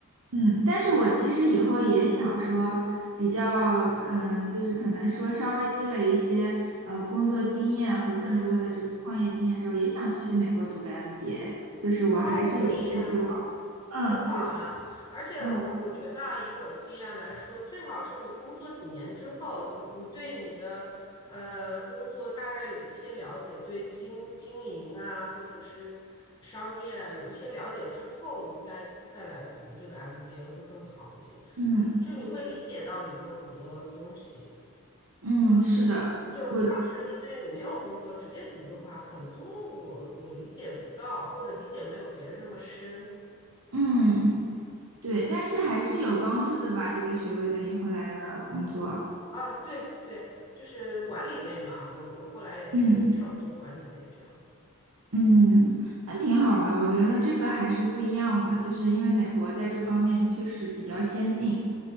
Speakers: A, on the right; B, on the left.
A: 嗯，但是我其实以后也想说比较，嗯、就是可能说稍微积累一些呃工作经验和更多的这个创业经验之后，
B: 嗯。
A: 也想去美国读个 MBA，就是我还是有这个计划。
B: 哦，可以呀，很好啊。
A: 嗯，对，
B: 而且我我觉得啊，
A: 嗯
B: 以我的经验来说，最好是你工作几年之后，你你对你的呃工作大概有一些了解，对经经营啊，或者是商业啊，有一些了解之后，你再再来读这个 MBA 会更好一些。
A: 嗯
B: 就你会理解到里头很多东西。
A: 嗯，
B: 嗯，
A: 是的。
B: 对，我当时因为没有工作，
A: 我。
B: 直接读的话，很多我我理解不到，或者理解没有别人那么深
A: 嗯，对，但是还是有帮助的吧，这个学位对你后来的工作。
B: 啊。对对，就是管理类嘛，我我后来也是差不多管理类这样子。
A: 嗯嗯，那挺好的，我觉得这个还是不一样的，就是因为美国在这方面确实比较先进，